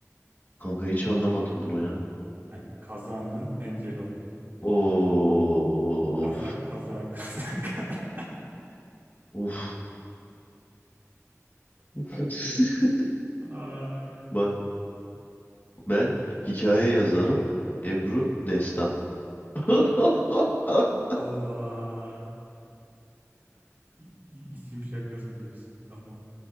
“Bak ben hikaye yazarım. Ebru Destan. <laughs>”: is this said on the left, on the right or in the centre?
Left